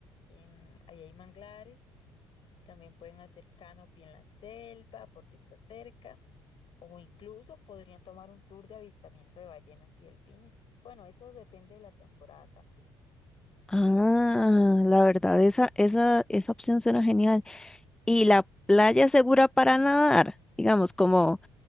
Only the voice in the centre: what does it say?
Ah, la verdad, esa, esa, esa opción suena genial. ¿Y la playa es segura para nadar? Digamos, como